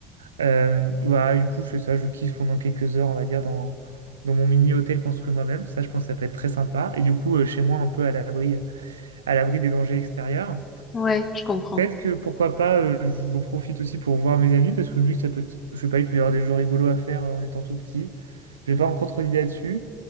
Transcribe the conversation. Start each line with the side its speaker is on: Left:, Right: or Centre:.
Right: Euh, voilà, du coup, je fais ça, je kiffe pendant quelques heures, on va dire, dans, dans mon mini-hôtel construit moi-même. Ça, je pense que ça peut être très sympa. Et du coup, euh, chez moi, un peu à l'abri, à l'abri des dangers extérieurs.
Left: ouais, je comprends.
Right: Peut-être que pourquoi pas, euh, j'en profite aussi pour voir mes amis parce que le que ça peut, je sais pas, il peut y avoir des jeux rigolos à faire euh, en étant tout petit. J'ai pas encore trop d'idées là-dessus.